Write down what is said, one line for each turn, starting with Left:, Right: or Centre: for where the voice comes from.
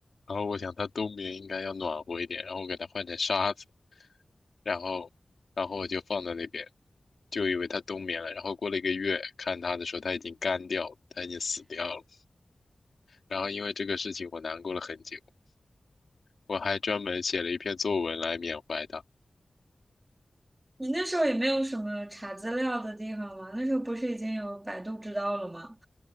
Left: 然后我想它冬眠应该要暖和一点，然后我给它换成沙子，然后然后我就放在那边，就以为它冬眠了。然后过了一个月，看它的时候，它已经干掉了，它已经死掉了。然后因为这个事情，我难过了很久，我还专门写了一篇作文来缅怀它。
Right: 你那时候也没有什么查资料的地方吗？那时候不是已经有百度知道了吗？